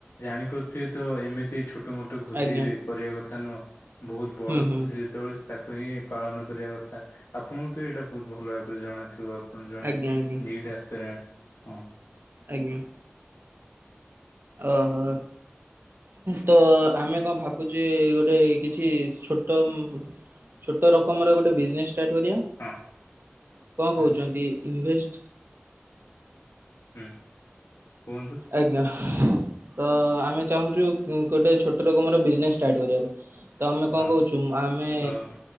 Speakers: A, on the left (about 80°); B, on the right (about 55°).
A: ଜାଣିପାରୁଥିବେ ତ ଏମିତି ଛୋ ତୋ ମୋଟେ ଖୁସି
B: ଆଜ୍ଞା
A: କରିବା କଥା ନୁହଁ। ବହୁତ ବଡ
B: ହୁଁ ହୁଁ
A: ଖୁସି ଯେତେବେଳେ ସେ ତାକୁ ହି ପାଳନ କରିବା କଥା ଆପଣଙ୍କୁ ତ ଏଇଟା ବହୁତ ଭଲ ଭାବରେ ଜଣାଥିବ। ହଁ ଜଣେ
B: ଆଜ୍ଞା ଆଜ୍ଞା
A: ନିଟ୍ ଅସ୍ଫେରାଣ୍ଟ ହଁ
B: ଆଜ୍ଞା। ଓହୋ। ତ ଆମେ କଣ ଭାବୁଛେ ଗୋଟେ କିଛି ଛୋଟ ଛୋଟ ରକମର ଗୋଟେ ବିଜନେସ ଷ୍ଟାର୍ଟ କରିବା
A: ହଁ
B: କଣ
A: ହଁ
B: କହୁଛନ୍ତି ଇଭେଷ୍ଟ୍
A: ହୁଁ କୁହନ୍ତୁ।
B: ଆଜ୍ଞା ତ ଆମେ ଚାହୁଁଛୁ ଗୋଟେ ଛୋଟ ରକମର ବିଜନେସ୍ ଷ୍ଟାର୍ଟ କରିବାର ତ ଆମେ ଅନ୍
A: ହଁ
B: କୋହୁଛୁ ଆମେ
A: ତ